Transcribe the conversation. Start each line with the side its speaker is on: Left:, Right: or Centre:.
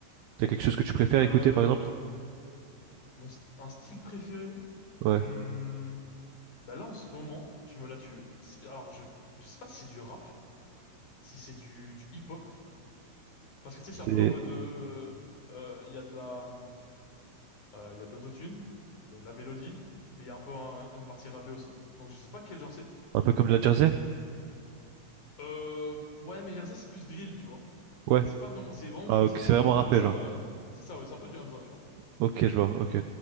Right: T'as quelque chose que tu préfères
Left: Euh,
Right: écouter, par exemple?
Left: mon st- un style préféré.
Right: Ouais.
Left: Hmm, bah là, en ce moment, je me la tue. C'est- Alors, je je sais pas si c'est du rap, si c'est du du hip-hop. Parce que tu sais,
Right: C'est
Left: c'est un peu en mode de, euh, il y a de la, euh, il y a de l'autotune, il y a de la mélodie, mais il y a un peu un- une partie rappée aussi. Donc je sais pas quel genre c'est.
Right: un peu comme de la jersey?
Left: Euh, ouais, mais Jersey c'est plus drill, tu vois.
Right: Ouais.
Left: C'est pas vraiment, c'est vraiment
Right: Ah,
Left: posé,
Right: ok, c'est
Left: c'est
Right: vraiment
Left: un peu du
Right: rappé,
Left: Hamza,
Right: genre.
Left: euh, c'est ça, ouais, c'est un peu du Hamza, tu vois.
Right: Ok, je vois, ok.